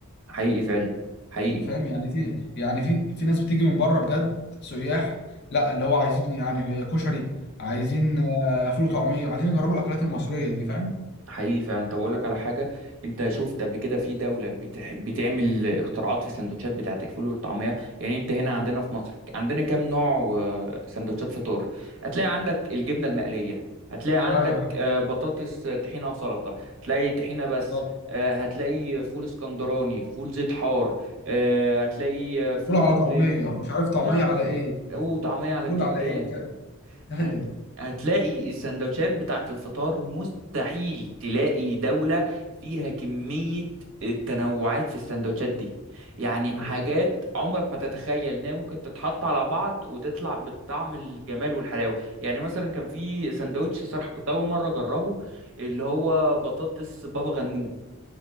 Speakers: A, on the right; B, on the left.
A: حقيقي فعلا حقيقي
B: فاهم يعني في يعني في في ناس بتيجي من بره بجد سياح لا اللي هو عايزين يعني كشري عايزين آه، فول وطعمية عايزين يجربوا الأكلات المصرية دي فاهم
A: حقيقي فعلا طب اقول لك على حاجه انت شفت قبل كده في دوله بتح... بتعمل اختراعات في السندوتشات بتاعت الفول والطعميه يعني انت هنا عندنا في مصر عندنا كام نوع آه، سندوتشات فطار هتلاقي عندك الجبنه المقليه هتلاقي
B: ايوه
A: عندك آه، بطاطس آه، طحينه وسلطه هتلاقي طحينه بس
B: طب
A: آه، هتلاقي فول اسكندراني فول زيت حار آه، هتلاقي آه، فول
B: فول على
A: بالبيض
B: طعمية مش عارف طعمية
A: يعني
B: على إيه
A: وطعميه على
B: فول
A: بتنجان
B: على إيه فاهم ايوه
A: هت... هتلاقي السندوتشات بتاعت الفطار مستحيل تلاقي دولة فيها كمية التنوعات في السندوتشات دي يعني
B: ب-
A: حاجات عمرك ما تتخيل انها ممكن تتحط على بعض وتطلع بالطعم الجمال والحلاوة يعني مثلا كان في سندوتش صراحة كنت اول مرة اجربه اللي هو بطاطس بابا غنوج